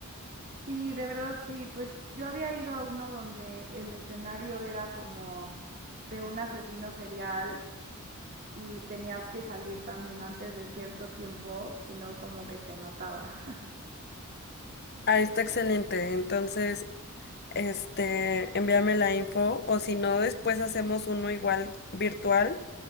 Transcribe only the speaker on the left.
Ah, está excelente. Entonces, este, envíame la info o si no, después hacemos uno igual virtual,